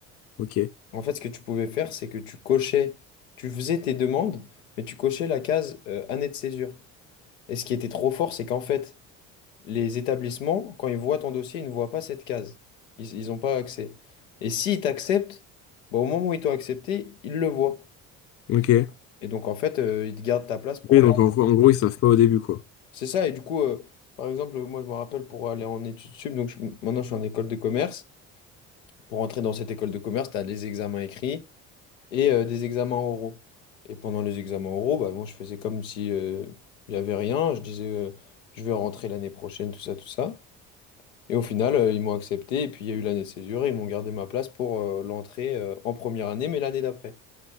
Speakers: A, on the left (about 40°); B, on the left (about 80°).
A: ok,
B: En fait, ce que tu pouvais faire, c'est que tu cochais, tu faisais tes demandes, mais tu cochais la case euh, année de césure. Et ce qui était trop fort, c'est qu'en fait, les établissements, quand ils voient ton dossier, ils ne voient pas cette case. Ils n'ont pas accès. Et s'ils t'acceptent, bah, au moment où ils t'ont accepté, ils le voient.
A: ok.
B: Et donc, en fait, euh, ils te gardent ta place pour
A: Oui,
B: là.
A: donc en, gros, en gros, ils savent pas au début, quoi.
B: C'est ça. Et du coup, euh, par exemple, moi, je me rappelle pour aller en études sup, donc je- maintenant, je suis en école de commerce. Pour entrer dans cette école de commerce, tu as les examens écrits et euh, des examens oraux. Et pendant les examens oraux, bah, moi, je faisais comme si euh, il n'y avait rien. Je disais, euh, je vais rentrer l'année prochaine, tout ça, tout ça. Et au final, euh, ils m'ont accepté. Et puis, il y a eu l'année de césure. et Ils m'ont gardé ma place pour euh, l'entrée euh, en première année, mais l'année d'après.